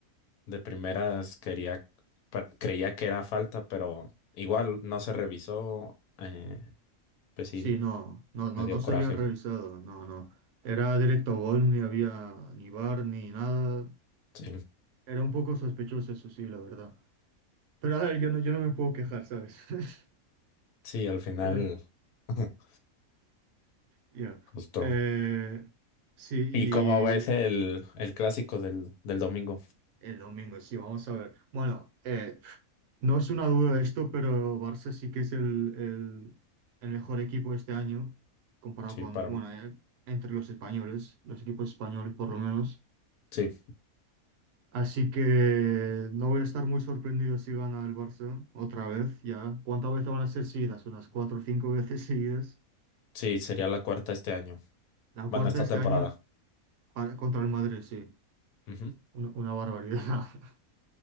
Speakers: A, on the left; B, on the right.
A: de primeras quería, pa- creía que era falta, pero igual no se revisó, eh, pues sí,
B: sí, no, no, no,
A: me dio
B: no se
A: coraje.
B: había revisado, no, no. Era directo gol, ni había ni bar ni nada.
A: Sí.
B: Era un poco sospechoso, eso sí, la verdad. Pero a ver, yo no, yo no me puedo quejar, ¿sabes? <laughs>
A: Sí, al final,
B: Eh,
A: <laughs>
B: ya.
A: justo.
B: Eh, sí, y
A: ¿Y cómo ves el, el clásico del, del domingo?
B: el domingo, sí, vamos a ver. Bueno, eh, No es una duda de esto, pero Barça sí que es el, el, el mejor equipo este año, comparado
A: Sí,
B: con,
A: para
B: bueno,
A: mí.
B: eh, entre los españoles, los equipos españoles por lo menos.
A: Sí,
B: Así que no voy a estar muy sorprendido si gana el Barça otra vez, ya. ¿Cuántas veces van a ser seguidas? Unas cuatro o cinco veces <laughs> seguidas.
A: sí, sería la cuarta este año.
B: La cuarta
A: Bueno, esta
B: este
A: temporada.
B: año para- contra el Madrid, sí.
A: Ujú.
B: Una, una barbaridad. <laughs>